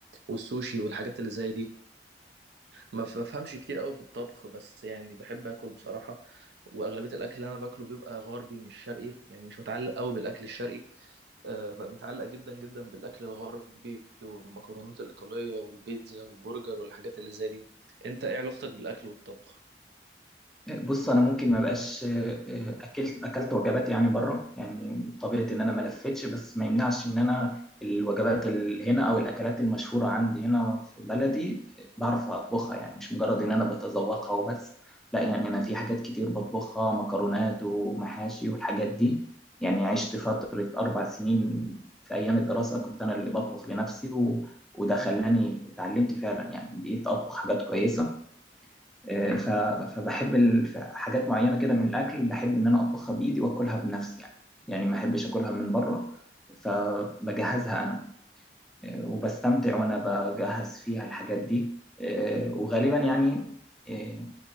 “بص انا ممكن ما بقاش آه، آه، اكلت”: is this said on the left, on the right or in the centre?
Centre